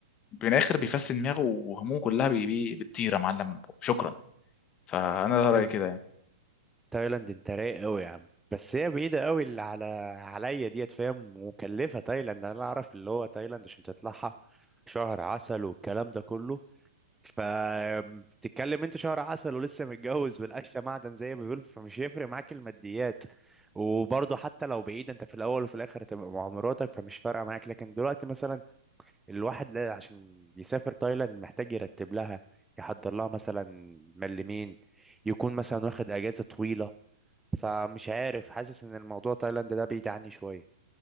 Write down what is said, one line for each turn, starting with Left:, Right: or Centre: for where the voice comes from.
Left: من الاخر بيفسد دماغه وهمومه كلها بي... بي... بتطير يا معلم شكرا فانا ده رايي
Centre: كان
Left: كده يعني.
Centre: تايلاند انت رايق قوي يا عم بس هي بعيده قوي اللي على عليا ديت فاهم مكلفه تايلاند انا اعرف اللي هو تايلاند عشان تطلعها شهر عسل والكلام ده كله فبتتكلم انت شهر عسل ولسه متجوز والقشه معدن زي ما بيقولوا فمش هيفرق معاك الماديات وبرضه حتى لو بعيد انت في الاول وفي الاخر هتبقى مع مراتك فمش فارقه معاك لكن دلوقتي مثلا الواحد لا عشان يسافر تايلاند محتاج يرتب لها يحضر لها مثلا ملمين يكون مثلا واخد اجازه طويله فمش عارف حاسس ان الموضوع تايلاند ده بعيد عني شويه